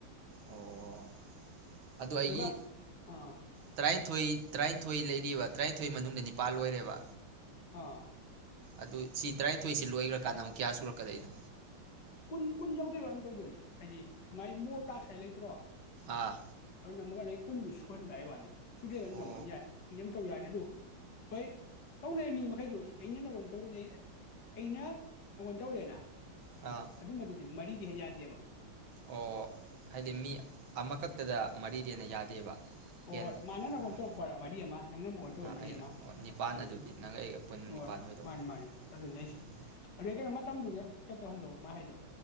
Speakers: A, on the right; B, on the left.
A: ꯑꯣ ꯑꯗꯣ ꯑꯩꯒꯤ
B: ꯑꯗꯨꯒ ꯑꯥ
A: ꯇꯔꯥꯅꯤꯊꯣꯏ ꯇꯔꯥꯅꯤꯊꯣꯏ ꯂꯩꯔꯤꯕ ꯇꯔꯥꯅꯤꯊꯣꯏ ꯃꯅꯨꯡꯗ ꯅꯤꯄꯥꯜ ꯑꯣꯏꯔꯦꯕ
B: ꯑꯥ
A: ꯑꯗꯨ ꯁꯤ ꯇꯔꯥꯅꯤꯊꯣꯏꯁꯤ ꯂꯣꯏꯈꯒ꯭ꯔꯀꯥꯟꯗ ꯑꯃꯨꯛ ꯀꯌꯥ ꯁꯨꯔꯛꯀꯗꯣꯏꯅꯣ
B: ꯀꯨꯟ ꯀꯨꯟ ꯌꯧꯗꯣꯏꯕꯝ ꯇꯧꯗꯣꯏꯅꯦ ꯍꯥꯏꯗꯤ ꯃꯥꯏ ꯃꯣꯔꯇꯥꯛꯁ ꯍꯥꯏ ꯂꯩꯇ꯭ꯔꯣ
A: ꯑꯥ
B: ꯑꯗꯨꯅ ꯑꯃꯗꯩ ꯀꯨꯟꯗꯨ ꯁꯨꯍꯟꯕ ꯍꯥꯏ ꯍꯥꯏꯋꯥꯅꯤ ꯁꯨꯗꯦ ꯑꯗꯨꯝ
A: ꯑꯣ
B: ꯉꯝꯍꯟ ꯌꯥꯏ ꯃꯤ ꯑꯃ ꯇꯧ ꯌꯥꯔꯅꯤ ꯑꯗꯨ ꯑꯩꯈꯣꯏ ꯇꯧꯅꯔꯤ ꯃꯤ ꯃꯈꯩꯗꯣ ꯑꯩꯅ ꯅꯪꯉꯣꯟ ꯇꯧꯔꯤꯉꯩ ꯑꯩꯅ ꯅꯪꯉꯣꯟ ꯇꯧꯔꯦꯅ
A: ꯑ
B: ꯑꯗꯨꯝꯕꯗꯨꯗꯤ ꯃꯔꯤꯗꯩ ꯍꯦꯟ ꯌꯥꯗꯦꯕ
A: ꯑꯣ ꯍꯥꯏꯗꯤ ꯃꯤ ꯑꯃꯈꯛꯇꯗ ꯃꯔꯤꯗꯩ ꯍꯦꯟꯅ ꯌꯥꯗꯦꯕ
B: ꯍꯣꯏ
A: ꯍꯦꯟ
B: ꯃꯥꯅ ꯅꯪꯑꯣꯗ
A: ꯎꯝ
B: ꯇꯧꯔꯛꯄꯗ ꯃꯔꯤ ꯑꯃ ꯅꯪꯅ ꯃꯉꯣꯟ ꯇꯧꯕ
A: ꯑꯥ
B: ꯃꯔꯤ
A: ꯑꯩꯅ
B: ꯑꯃ
A: ꯑꯣ ꯅꯤꯄꯥꯟ
B: ꯎꯝ
A: ꯑꯗꯨꯗꯤ ꯅꯪꯒ ꯑꯩꯒ ꯄꯨꯟꯅ
B: ꯍꯣꯏ
A: ꯅꯤꯄꯥꯟ ꯑꯣꯏꯗꯧꯕ
B: ꯃꯥꯅꯤ ꯃꯥꯅꯤ ꯑꯗꯨꯅꯤ ꯑꯩꯁꯦ
A: ꯎꯝ
B: ꯑꯗꯩ ꯀꯩꯅꯣ ꯃꯇꯝꯗꯨꯗ ꯀꯩ ꯇꯧꯍꯟꯗꯣ ꯃꯥ ꯍꯥꯏꯗꯣ